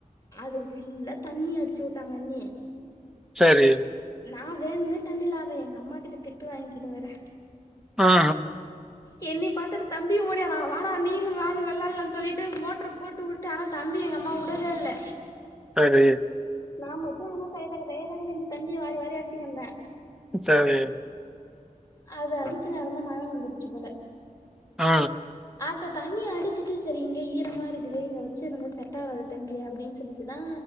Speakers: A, on the left (about 25°); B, in the centre.
A: அது ஃபுல்ல தண்ணி அடிச்சு உட்டாங்க அண்ணி
B: சரி
A: நா வேண்னே தண்ணில ஆற்ற எங் அம்மாகுட்ட திட்டு வாங்க்கினு வேற
B: அ அ
A: கென்னி பாத்துட்டு தம்பியு ஓடியாரா வாடா நீலு நானு வெள்ளாலான் சொல்லிட்டு மோட்ரு போட்டு உட் டு ஆனா தம்பிய எங் அம்மா உடவே இல்ல
B: சரி
A: நா மட்டு ஆனா தைய தக்க தக்கன்ச்சி தண்ணிய வாரி வாரி அர்ச்சின் இர்ந்த
B: சரி
A: அது அடிச்சு நேரந்தா மழை வந்துடுச்சு போல
B: அ அ
A: அ த தண்ணி அடிச்சிட்டு சரி இங்க ஈரமாக இருக்குது இங்க வச்சுருந்த செட்ட ஆகாது தம்பி அப்டின் சொல்லிட்டு தா